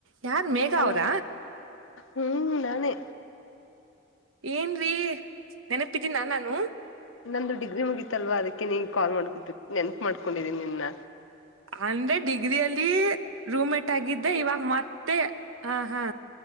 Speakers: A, on the right; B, on the left.
A: ಯಾರ್ ಮೇಘ
B: ಹಲೋ
A: ಅವರಾ
B: ಹ್ಮ್ ನಾನು
A: ಏನ್ರೀ ನೆನಪಿದೀನ ನಾನು
B: ನಂದು ಡಿಗ್ರಿ ಮುಗೀತಲ್ವಾ ಅದಕ್ಕೆ ನೀ ಕಾಲ್ ಮಾಡ್ಕೊತು ನೆನಪೂ ಮಾಡ್ಕೊಂಡಿದೀನಿ ನಿನ್ನ
A: ಅಂದ್ರೆ ಡಿಗ್ರಿಿಯಲ್ಲಿ ರೂಮ್ ಮೇಟ್ ಆಗಿದ್ದೆ ಇವಾಗ ಮತ್ತೆ ಹಾ ಹಾ